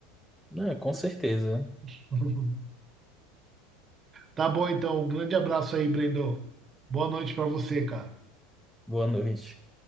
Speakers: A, in the centre; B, on the right (about 25°).
A: Ah, com certeza.
B: <laughs> Tá bom, então. Um grande abraço aí, Brendo. Boa noite pra você, cara.
A: Boa noite.